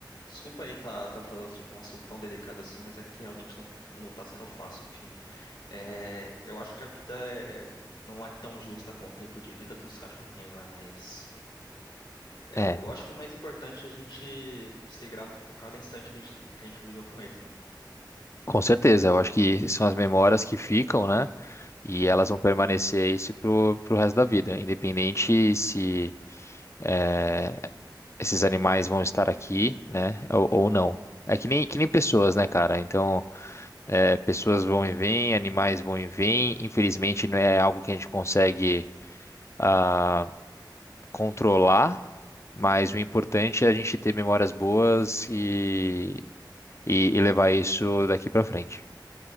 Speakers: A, on the left; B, on the left.
A: desculpa aí tá, tá falando sobre um assunto tão delicado assim, mas é porque realmente não, não tá sendo fácil, enfim. É, eu acho que a vida é- não é tão justa com o tempo de vida dos cachorrinhos, né? Mas é,
B: É.
A: eu acho que o mais importante é a gente ser grato por cada instante que a gente, que a gente viveu com eles, né?
B: Com certeza, eu acho que são as memórias que ficam, né? E
A: Uhum.
B: elas vão permanecer isso pro, pro resto da vida, independente se eh, esses animais vão estar aqui, né? Ou, ou não. É que nem, que nem
A: Uhum.
B: pessoas, né, cara? Então, eh, pessoas vão e vêm, animais vão e vêm. Infelizmente, não é algo que a gente consegue ah, controlar, mas o importante é a gente ter memórias boas e, e, e levar isso daqui pra frente.